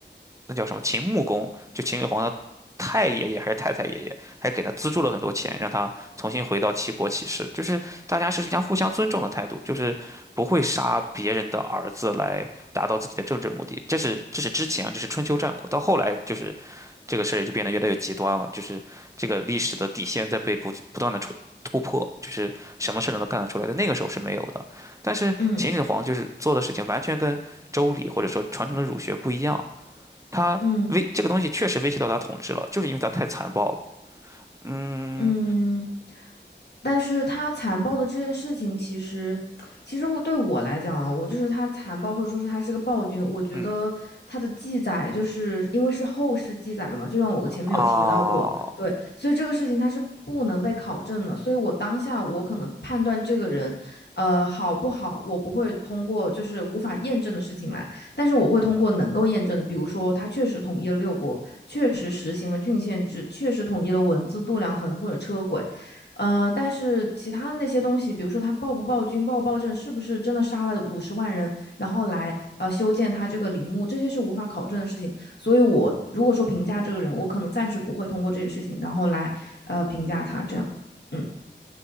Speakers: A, on the right (about 15°); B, on the left (about 60°).
A: 那叫什么秦穆公，就秦始皇的太爷爷还是太太爷爷，还给他资助了很多钱，让他重新回到齐国起事。就是大家是一样互相尊重的态度，就是不会杀别人的儿子来达到自己的政治目的。这是这是之前啊这是春秋战国，到后来就是这个事儿就变得越来越极端了，就是这个历史的底线在被不不断的突突破，就是什么事儿都能干得出来，在那个时候是没有的。但是秦始皇就是做的事情完全跟周礼或者说传统的儒学不一样，
B: 嗯
A: 他威这个东西确实威胁到他统治了，
B: 嗯。
A: 就是因为他太残暴了。嗯
B: 嗯，但是他残暴的这件事情，其实，其实我对我来讲啊，我就是他残暴，或者说是他是个暴君。我觉得他的记载，
A: 嗯
B: 就是因为是后世记载的嘛，就像我前面有提到过，
A: 啊
B: 对，所以这个事情他是不能被考证的。所以我当下我可能判断这个人，呃，好不好，我不会通过就是无法验证的事情来。但是我会通过能够验证的，比如说他确实统一了六国，确实实行了郡县制，确实统一了文字、度量衡或者车轨，呃，但是其他的那些东西，比如说他暴不暴君、暴不暴政，是不是真的杀了五十万人，然后来呃修建他这个陵墓，这些是无法考证的事情。所以我如果说评价这个人，我可能暂时不会通过这些事情，然后来呃评价他这样。嗯